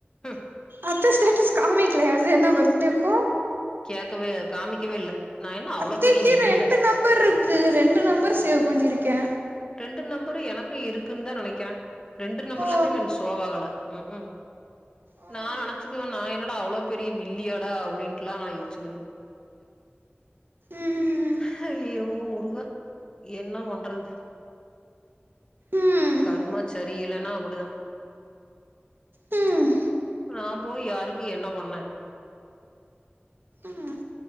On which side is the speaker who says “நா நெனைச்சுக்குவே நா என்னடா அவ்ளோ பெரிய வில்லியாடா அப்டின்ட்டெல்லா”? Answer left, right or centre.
Left